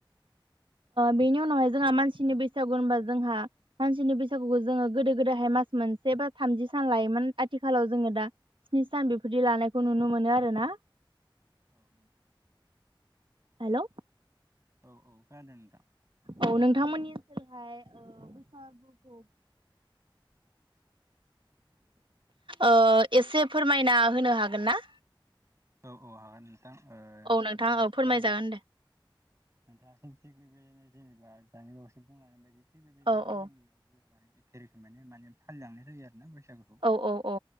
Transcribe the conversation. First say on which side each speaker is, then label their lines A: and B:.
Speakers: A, on the right; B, on the right.
A: बेनि उनावहाय जोंहा मानसिनि बैसागु होनबा जोंहा मानसिनि बैसागुखौ जोङो गोदो गोदायहाय मास मोनसे बा थामजि सान लायोमोन आथिखालाव जोङो दा स्नि सान बेफोरदि लानायखौ नुनो मोनो आरो ना
B: औ
A: हेलौ
B: औ औ खोनादों नोंथां
A: औ नोंथांमोननि ओसोलहाय बैसागुखौ
B: <inaudible>
A: ओ एसे फोरमायना होनो हागोन ना
B: औ औ हागोन नोंथां
A: औ नोंथां
B: नोंथाङासो
A: औ फोरमायजागोन
B: जाबाय
A: दे
B: नोंथाङासो थिग बिबायदिनो जेनेबा दानि बावसो बुंलांनाय बायदि थिग बेबायदिनो
A: औ
B: जोंनियावबो
A: औ
B: माने एख फेरिखो माने माने फालिलांनाय जायो आरोना बैसागुखौ।
A: औ औ औ